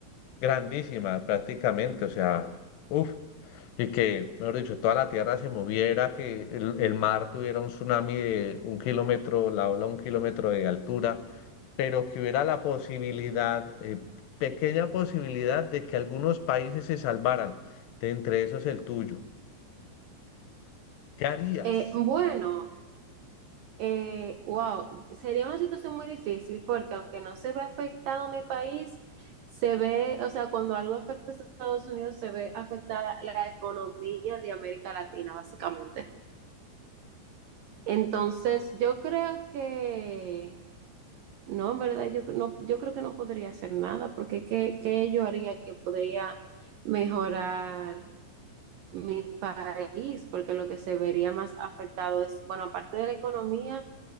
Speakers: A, on the left; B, on the right.
A: grandísima prácticamente, o sea, uff, y que, mejor dicho, toda la Tierra se moviera, que el, el mar tuviera un tsunami de un kilómetro, la ola un kilómetro de altura, pero que hubiera la posibilidad, eh, pequeña posibilidad de que algunos países se salvaran, de entre esos el tuyo. ¿Qué harías?
B: eh, bueno. Eh, wow, sería una situación muy difícil porque aunque no se ve afectado mi país, se ve, o sea, cuando algo afecta a Estados Unidos, se ve afectada la economía de América Latina, básicamente. Entonces, yo creo que, no, en verdad, yo, no, yo creo que no podría hacer nada porque ¿qué, qué yo haría que podría mejorar mi país? Porque lo que se vería más afectado es, bueno, aparte de la economía